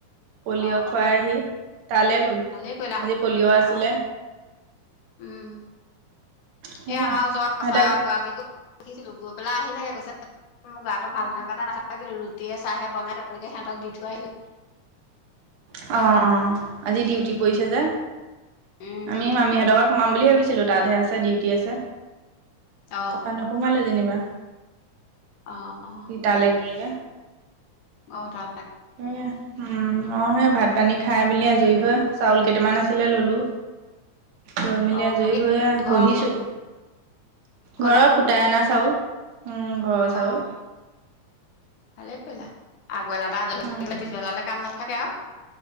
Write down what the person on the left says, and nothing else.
অ
অ
ভালেই কৰিলা
অ উম।
এ আমাৰ ওচৰৰ
আছা গৰাকিকো দেখিছিলো গৈ পেলাই আহিলেগে কৈছে মোৰ গাটো ভাল নহয় কাৰণে নাথাকিলো। ৰুটিয়ে চাহে বনাই তেনেকে সিহঁতক দি থৈ আহিলো
উম
ডিউটি
অ
অ অ
অ' তা
অ অ
ঘৰ
খুন খুন্দা
অ' ভালেই কৰিলা আগবেলাটা
আজৰি হৈ থাকিলে পিছবেলালে কাম নাথ তাকে আওঁ।